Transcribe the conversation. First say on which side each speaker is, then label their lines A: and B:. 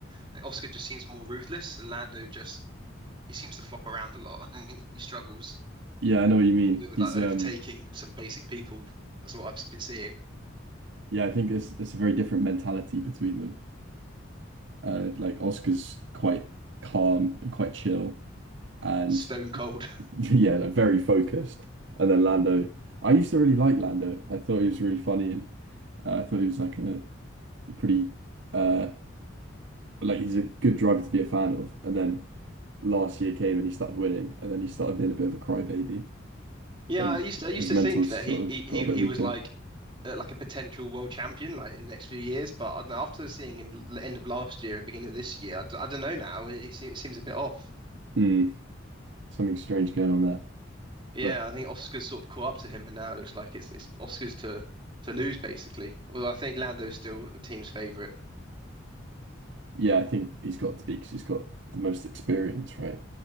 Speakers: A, on the right (about 25°); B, on the right (about 65°).
A: I think Oscar just seems more ruthless, and Lando just he seems to flop around a lot, <laughs> and he, he struggles.
B: Yeah, I know what you mean.
A: It was
B: He's
A: like overtaking
B: um
A: some basic people. That's what I've been seeing.
B: yeah, I think it's it's a very different mentality between them. Uh like Oscar's quite calm and quite chill and
A: Stone cold.
B: <laughs>
A: <laughs>
B: yeah, like very focused. And then Lando, I used to really like Lando. I thought he was really funny and uh, I thought he was like a pretty uh like he's a good driver to be a fan of. And then last year came and he started winning and then he started being a bit of a crybaby
A: Yeah,
B: and
A: I used to, I used
B: his
A: to
B: mental's
A: think that
B: sort
A: he
B: of
A: he he,
B: got a bit
A: he
B: weaker.
A: was like uh, like a potential world champion like in the next few years, but I don't know, after seeing him l- end of last year and beginning of this year, I, d I don't know now. It, seems, it seems a bit off.
B: Hmm, something strange going on there.
A: Yeah,
B: But
A: I think Oscar's sort of caught up to him, and now it looks like it's it's Oscar's to to lose basically. Although I think Lando's still the team's favorite.
B: Yeah, I think he's got to be because he's got the most experience, right?